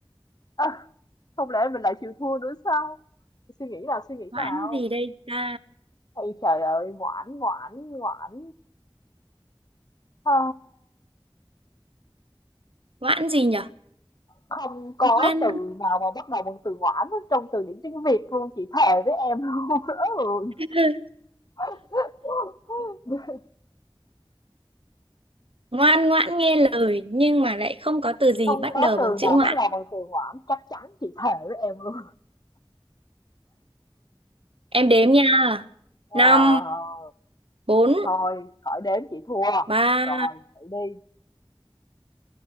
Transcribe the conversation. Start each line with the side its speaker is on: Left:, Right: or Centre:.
Left: Ơ, không lẽ mình lại chịu thua nữa sao? Suy nghĩ nào, suy nghĩ
Right: Ngoãn
Left: nào.
Right: gì đây ta?
Left: Ây trời ơi, ngoãn, ngoãn, ngoãn. ờ,
Right: Ngoãn gì nhở?
Left: không có
Right: Ngoan
Left: từ nào mà bắt đầu bằng từ ngoãn hết trong từ điển tiếng Việt luôn, chị thề với em luôn.
Right: <laughs>
Left: <laughs> Ừ.
Right: ngoan ngoãn nghe lời nhưng mà lại không có từ gì
Left: Không
Right: bắt
Left: có
Right: đầu
Left: từ
Right: bằng chữ
Left: nào
Right: ngoãn.
Left: bắt đầu bằng từ ngoãn, chắc chắn chị thề với em luôn.
Right: Em đếm nha.
Left: Ờ,
Right: năm bốn
Left: thôi, khỏi đếm chị thua.
Right: ba
Left: Rồi, hãy đi.